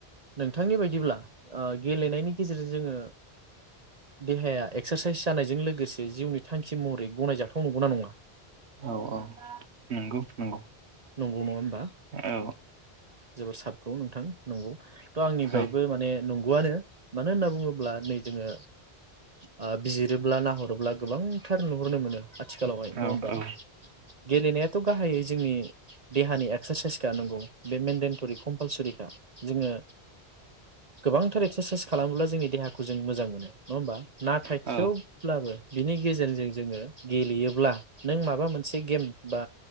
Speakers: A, on the right; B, on the right.
A: नोंथांनि बायदिब्ला ओ गेलेनायनि गेजेरजों जोङो देहाया एक्सारसाइस जानायजों लोगोसे जिउनि थांखि महरै गनायजाथाव नंगौना नङा
B: औ नंगौ नंगौ
A: नंगौ नङा होमबा?
B: औ
A: जोबोर साबखौ नोंथां नंगौ थ' आंनिफ्रायबो
B: औ
A: माने नंगौआनो मानो होनना बुङोब्ला नै जोङो ओ बिजिरोब्ला नाहरोब्ला गोबांथार नुहरनो मोनो आथिखालावहाय नङा
B: औ
A: होमबा
B: औ
A: गेलेनायाथ' गाहायै जोंनि देहानि एक्सारसाइसखा नंगौ बे मेनदे करि कंपूलसरीखा जोंङो गोबांथार एक्सारसाइस खालामोब्ला जोंनि देहाखौ जों मोजां मोनो नङा होमबा नाथाय
B: औ
A: थेवब्लाबो बिनि गेजेरजों जोङो गेलेयोब्ला नों माबा मोनसे गेम बा